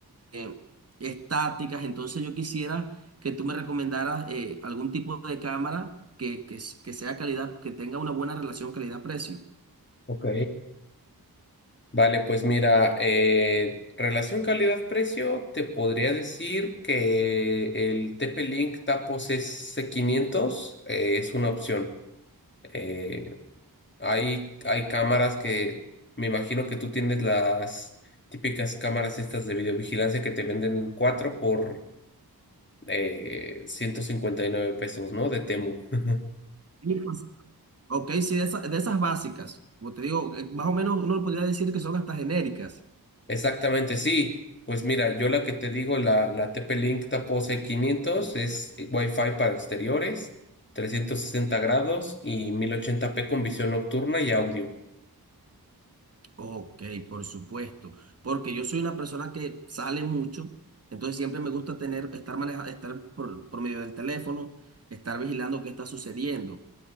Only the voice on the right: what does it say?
eh, estáticas. Entonces yo quisiera que tú me recomendaras eh, algún tipo de cámara que, que, s- que sea calidad, que tenga una buena relación calidad-precio.
Sí, pues. Ok, sí, de esas, de esas básicas. Como te digo, eh, más o menos uno podría decir que son hasta genéricas.
Ok, por supuesto. Porque yo soy una persona que sale mucho, entonces siempre me gusta tener, estar manejando, estar por, por medio del teléfono, estar vigilando qué está sucediendo.